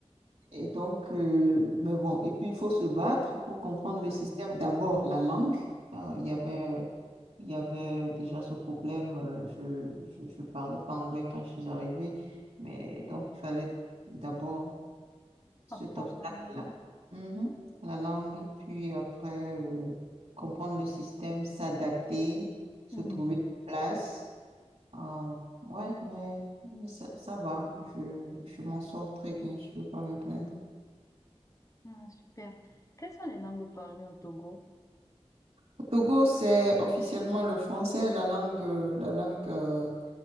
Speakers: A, on the right; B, on the left.
A: Et donc, euh, mais bon, et puis il faut se battre pour comprendre
B: hum.
A: le système. D'abord, la langue. Euh, il y avait, il y avait déjà ce problème. euh, je, je, je parlais pas anglais quand je suis arrivée, mais donc il fallait d'abord cet
B: Apprendre
A: obstacle-là.
B: un
A: Mhm. La langue, et puis après, euh, comprendre le système, s'adapter, se
B: mot.
A: trouver une place. Euh, ouais, mais, mais ça, ça va. Je, je m'en sors très bien. Je peux pas me plaindre.
B: Ah, super. Quelles sont les langues parlées au Togo?
A: Au Togo, c'est officiellement le français, la langue, euh, la langue euh,